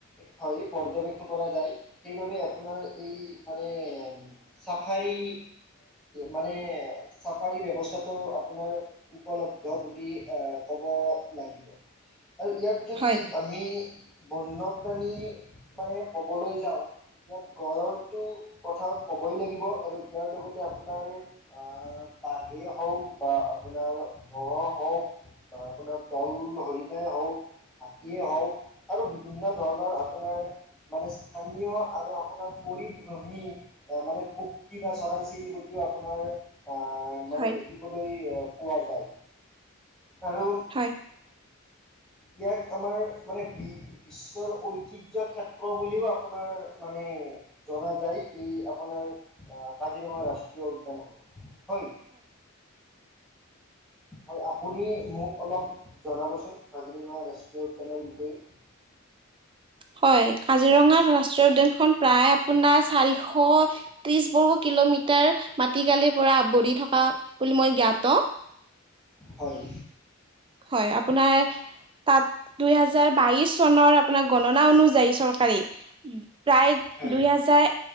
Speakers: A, in the centre; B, on the right (about 25°).
A: হয় পৰ্যবেক্ষ কৰা যায়। সেইবাবে আপোনাৰ এই মানে চাফাৰী। মানে চাফাৰী ব্যৱস্থা। সুবিধা টো আপোনাৰ উপলব্ধ বুলি ক'ব লাগিব। আৰু ইয়াত যদি
B: হয়
A: আমি বন্যপ্ৰাণী মানে ক'বলৈ যাওঁ। ইয়াত গড়ৰটো কথা ক'বই লাগিব আৰু ইয়াৰ লগতে আপোনাৰ আহ। বাঘে হওঁক বা আপোনাৰ গড় হওঁক। বা আপোনাৰ দল হৰি নাই হওঁক। হাতীয়ে হওঁক আৰু বিভিন্ন ধৰণৰ আপোনাৰ মানে স্থানীয়। আৰু আপোনাৰ <unintelligible> মানে পক্ষী বা চৰাই চিৰি কটিও আপোনাৰ। আহ মানে
B: হয়
A: দেখিবলৈ পোৱা যায়, আৰু
B: হয়
A: ইয়াক আমাৰ মানে বিশ্বৰ ঐতিহয্য ক্ষেত্ৰ বুলিও আপোনাৰ মানে জনা যায়। এই আপোনাৰ আহ কাজিৰঙা ৰাষ্ট্ৰীয় উদ্যান খনক। হয়। হয়, আপুনি মোক অলপ জনাবচোন কাজিৰঙা ৰাষ্ট্ৰীয় উদ্যানৰ বিষয়ে। <inaudible>
B: হয় কাজিৰঙাত ৰাষ্ট্ৰীয় উদ্যানখন প্ৰায় আপোনাৰ চাৰিশ ত্ৰিশ বৰ্গ কিলোমিটাৰ মাটিকালিৰ পৰা আৱৰি থকা বুলি মই জ্ঞাত।
A: হয়।
B: হয়, আপোনাৰ। তাত দুইহেজাৰ বাইশ চনৰ আপোনাৰ গণনা অনুযায়ী চৰকাৰে প্ৰায়
A: হয়
B: দুই হাজাৰ